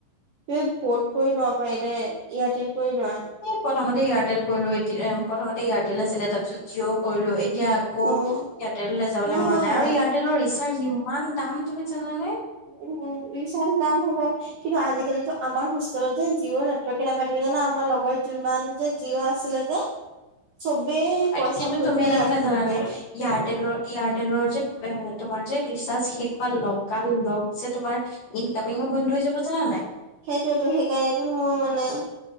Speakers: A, on the right; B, on the left.
A: তুমি ফৰ্ট কৰি লোৱা পাৰিলে এয়াৰটেল কৰি লোৱা।
B: এই প্ৰথমতে এয়াৰটেল কৰিলো এতিয়া প্ৰথমতে এয়াৰটেল আছিলে তাৰ পিছত জিঅ' কৰিলো। এতিয়া আকৌ
A: উম
B: এয়াৰটেললৈ যাবলৈ
A: নহয়
B: মন নাই আৰু এয়াৰটেলৰ ৰিচাৰ্জ ইমান দাম তুমি জানানে।
A: উ উ ৰিচাৰ্জ দাম হ'ব কিন্তু আজিকালি যে আমাৰ হোষ্টেলত যে জিঅ' নেটৱৰ্কে নাপাই তুমি জানা আমাৰ লগৰ যিমান যে জিঅ' আছিলে যে চবে
B: আৰু
A: পইচা
B: কিন্তু
A: ভৰি
B: তুমি
A: ভৰি
B: এটা
A: এয়াৰটেল
B: কথা জানানে
A: কৰি কৰি ললে।
B: এয়াৰটেলৰ এয়াৰটেলৰ যে এ তোমাৰ যে ৰিচাৰ্জ শেষ হোৱা লগা লগ যে তোমাৰ ইনকামিঙো বন্ধ হৈ যাব জানা নাই
A: সেইটোৱেতো সেইকাৰণেটো মোৰ মানে-